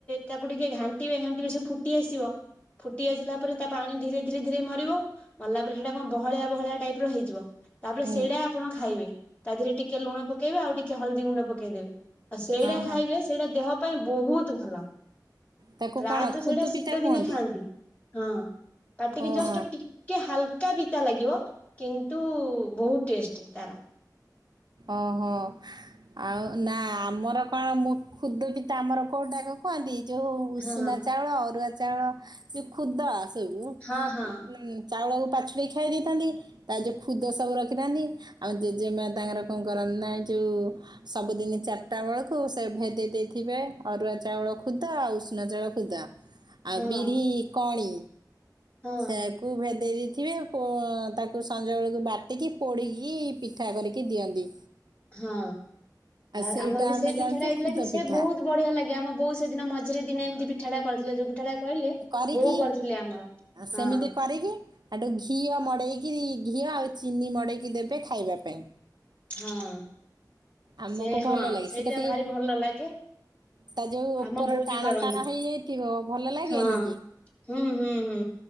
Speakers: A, on the left; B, on the right.
A: ତାକୁ ଟିକେ ଘାଣ୍ଟିବେ ଘାଣ୍ଟିବେ ସେବ ଫୁଟି ଆସିବ ଫୁଟି ଆସିଲା ପରେ ତା ପାଣି ଧୀରେ ଧୀରେ ଧୀରେ ମରିବ। ମରିଲା ପରେ ସେଇଟା କଣ ବହଳିଆ ବହଳିଆ ଟାଇପର ହେଇଯିବ ତାପରେ
B: ହୁଁ
A: ସେଇଟା ଆପଣ ଖାଇବେ। ତା ଦେହରେ ଟିକେ ଲୁଣ ପକେଇବେ ଆଉ ଟିକେ ହଳଦୀ ଗୁଣ୍ଡ ପକେଇଦେବେ। ଆଉ ସେଇଟା
B: ହଁ ହଁ
A: ଖାଇବେ ସେଇଟା ଦେହ ପାଇଁ ବହୁତ ଭଲ।
B: ତାକୁ
A: ପ୍ରାୟତଃ
B: କ'ଣ ଖୁଦୁ
A: ସେଇଟା ଶୀତ
B: ପିତା କୁହନ୍ତି
A: ଦିନେ ଖାଆନ୍ତି। ହଁ। ତାପ ପାଟିକି
B: ଓହୋ
A: ଜଷ୍ଟ ଟିକେ ହାଲକା ବି ପିତା ଲାଗିବ କିନ୍ତୁ ବହୁତ ଟେଷ୍ଟେ ତାର।
B: ଓହୋ। ଆଉ ନା ଆମର କଣ ମୁଁ ଖୁଦପିତା ଆମର କୋଉଟାକୁ କୁହନ୍ତି ଯୋଉ ଉଷୁନା
A: ହଁ
B: ଚାଉଳ ଅରୁଆ ଚାଉଳ ଯୋଉ ଖୁଦ ସବୁ
A: ହଁ ହଁ
B: ଉମ୍ ଚାଉଳକୁ ପାଛୁଡ଼ି ଖାଇ ଦେଇଥାନ୍ତି। ତା ଯୋଉ ଖୁଦ ସବୁ ରଖିଥାନ୍ତି, ଆଉ ଜେଜେମା ତାଙ୍କର କଣ କରନ୍ତି ନା ଏଇ ଯୋଉ, ସବୁଦିନି ଚାରିଟା ବେଳକୁ ସେ ଭେଦେଇ ଦେଇଥିବେ ଅରୁଆ ଚାଉଳ ଳ ଖୁଦ ଆଉ ଉଷୁନା ଚାଉଳ ଖୁଦ
A: ହଁ
B: ଆଉ ବିରି କଣି
A: ହଁ
B: ସେୟାକୁ ଭେଦେ ଦେଇ ଦେଇଥିବେ ତାକୁ ସଞ୍ଜ ବେଳକୁ ବାଟିକି ପୋଡିକି ପିଠା କରିକି ଦିଅନ୍ତି।
A: ହଁ। ଆଉ
B: ସେଇଟା
A: ଆମର ବି
B: ଆମେ
A: ସେଇ
B: ଜାଣିଛେ
A: ପିଠାଟା ହେଇଥିଲା
B: ଖୁଦ
A: କି ସେ
B: ପିଠା
A: ବହୁତ ବଢିଆ ଲାଗେ ଆମ ବୋଉ ସେଦିନ ମଝିରେ ଦିନ ଏମିତି ଛାଡା କରିଥିଲେ ଯୋଉ ଡା କହେ
B: କରିକି
A: ବୋଉ କରିଥିଲେ ଆମର
B: ଆଉ ସେମିତି
A: ହଁ
B: କରିକି ଆଠୁ ଘିଅ ମଡେଇକି କିରି ଘିଅ ଆଉ ଚିନି ମଡେଇକି ଦେବେ ଖାଇବା ପାଇଁ
A: ହଁ
B: ଆମକୁ
A: ସେ
B: ଭଲ
A: ହଁ
B: ଲାଗେ
A: ସେଇଥିପ
B: ସେଟା ଟିକେ
A: ଭାରି ଭଲ ଲାଗେ।
B: ତା ଯୋଉ ଉପର
A: ଆମ ବୋଉ ବି
B: ଟାଣ
A: କରନ୍ତି
B: ଟାଣ ହେଇଯାଇଥିବ ଭଲ ଲାଗେନି
A: ହଁ
B: କି?
A: ହୁଁ ହୁଁ ହୁଁ।